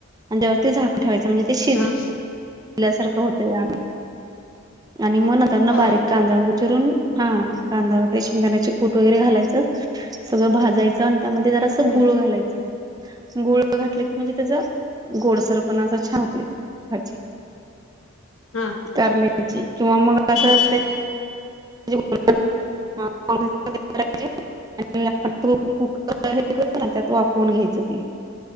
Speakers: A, on the right; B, on the left.
A: आणि त्या ते झाक ठेवायच म्हणजे ते शिज
B: हा
A: ल्यासारखं होतोय आम्ही आणि म नंतरनं
B: होय
A: बारीक कांदा व चिरून हा कांदा वगैरे शेंगण्याचे कूट वगैरे घालायचं. सगळं भाजायचं आणि त्यामध्ये जरासं
B: हम्म
A: गुळ घालायचं. गुळ घातलं की म्हणजे त्याज गोडसरपणा असं छान होत भाजी.
B: हा.
A: करल्याची किंवा मग असं
B: होय का
A: ते <unintelligible> <unintelligible> त्यात वाफवून घ्यायचं ते.